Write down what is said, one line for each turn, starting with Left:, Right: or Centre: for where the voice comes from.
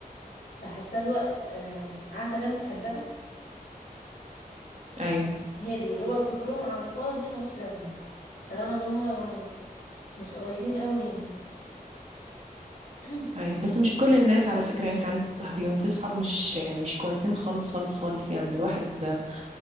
Left: بحسها الوقت آه عارفه لما الكدابه
Right: ايوه
Left: هي دي اللي هو كترهم على الفاضي ملوش لازمه طالما ان هما مش قريبين قوي مني <coughs>
Right: ايوه بس مش كل الناس على فكرة ينفع انت تصاحبيهم في صحاب مش يعني مش كويسين خالص خالص خالص يعني الواحد